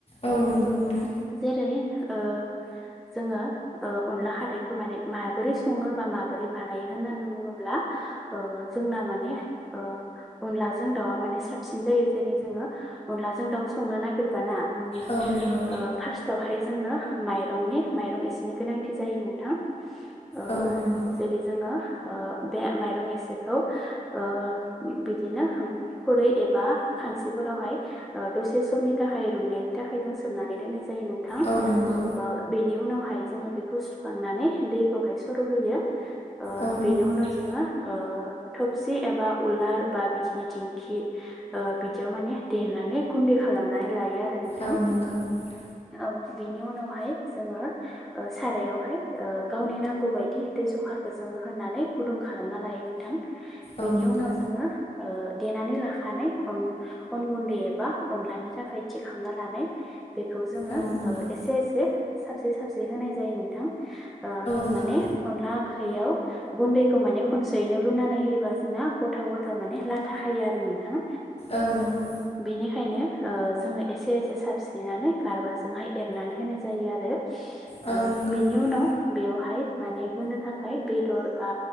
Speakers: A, on the left; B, in the centre.
A: औ नंगौ नोंथां।
B: जेरै ओ जोङो ओ अनला खारैखो माने माहाबोरै सङो बा माबोरै बानायो होननानै बुङोब्ला ओ जोंना माने ओ अनलाजों दाउआ माने साबसिन जायो जेरै जोङो अनलाजों दाउ संनो नायगिरबा ना उम
A: औ नंगौ
B: ओ फार्स्टावहाय जोंनो माइरंनि माइरं एसेनि गोनांथि जायो नोंथां। ओ
A: औ नंगौ
B: जेरै जोङो ओ बे माइरं एसेखौ ओ उम बिदिनो <unintelligible> खुरै एबा खांसिफोरावहाय ओ दसे समनि थाखाय रुइनायनि थाखाय जों सोमनानै दोननाय जायो नोंथां।
A: औ नंगौ
B: ओ बेनि उनाव हाय जोंङो बेखौ सुखांनानै दैखौहाय सर' होयो। ओ
A: औ नंगौ
B: बेनि
A: नोंथां
B: उनाव जोङो ओ थबसि एबा उलार बा बिदिनि दिंखि ओ बिदियाव माने देनानै गुन्दै खालामनानै लायो आ रो नोंथां
A: औ नंगौ नोंथां
B: औ बेनि उनावहाय जोङो ओ सारायावहाय ओ गावनि नांगौ बायदि दै जखाखो जों ङो होनानै गुदुं खालाम लायो नोंथां बेनि
A: औ नंगौ
B: उनाव ज जोङो ओ देनानै लाखानाय अन अन गुन्दै एबा अनलानि थाखाय थि खामना लानाय बेखौ जोङो
A: औ नंगौ औ
B: ओ एसे एसे साबसे साबसे होनाय जायो नोंथां। ओ
A: नंगौ
B: माने अनला ओंख ख्रियाव गुन्दैखौ माने खनसेयैनो लुनानै होयोबा जोंना ग'था ग'था माने लाथा खायो आरो नोंथां।
A: औ नंगौ
B: बेनिखायनो ओ जोङो एसे एसे साबस्रिनानै गारबाजोंहाय एरनानै होनाय जायो आरो।
A: औ
B: ओ
A: नंगौ
B: बिनि
A: नोंथां
B: उनाव बेवहाय माने होनो थाखाय बेदर बा